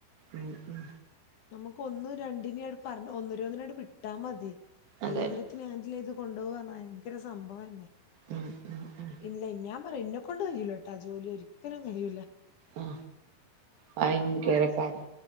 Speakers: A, on the right; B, on the left.
A: ഉം ഉം
B: നമുക്ക് ഒന്നും രണ്ടിനനേം <unintelligible> വിട്ടാ മതി
A: അതന്നെ
B: എല്ലാത്തിനേം ഹാൻഡില് ചെയ്ത് കൊണ്ടുപോകാന ഭയങ്കര സംഭവംന്നെ
A: ഉം ഉം ഉം
B: ഇല്ല ഞാൻ പറ ഇന്നെക്കൊണ്ട് കഴയൂലാട്ടൊ ആ ജോലി ഒരിക്കലും കഴിയൂല
A: ആ ഭയങ്കരക്കാരാ
B: കൊറച്ച്